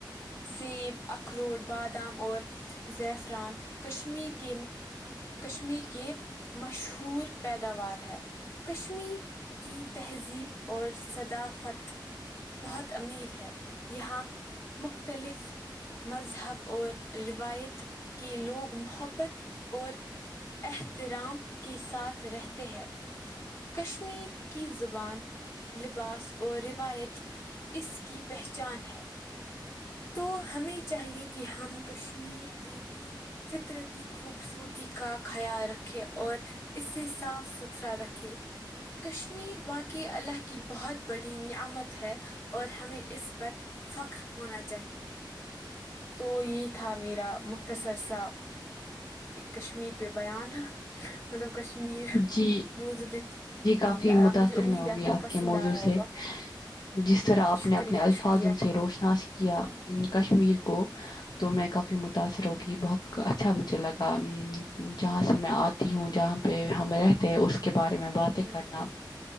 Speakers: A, on the left; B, on the left.
A: سیب اخروٹ بادام اور زیفران کشمیر کے کشمیر کے مشہور پیداوار ہے کشمیر کی تہذیب اور صثدافت بہت امیر ہے یہاں مختلف مذہب اور روایت کے لوگ محبت اور احترام کے ساتھ رہتے ہیں کشمیر کی زبان لباس اور روایت اس کی پہچان ہے تو ہمیں چاہیے کہ ہم کشمیر کی فطرتی خوبصورتی کا خیال رکھے اور اسے صاف ستھرا رکھے کہ کشمیر واقع اللہ کی بہت بڑی نعمت ہے اور ہمیں اس پر فخر ہونا چاہے تو یہ تھا میرا مختصر سا کشمیر پہ بیان مطلب کشمیر
B: جی،
A: موزبچ جی
B: کافی متاثر
A: مجھے امید
B: میں ہوگئی
A: ہے آپ کو پسند
B: کے موضوع
A: آیا ہوگا
B: سے۔ جس طرح آپ
A: شکریہ
B: نے اپنے الفاظ
A: شکریہ
B: ان سے روشناس کیا کشمیر کو تو میں کافی متاثر ہوگی بہت اچھا مجھے لگا ام جہاں سے میں آتی ہوں جہاں پہ ہم رہتے ہیں اس کے بارے میں باتیں
A: جی
B: کرنا
A: جی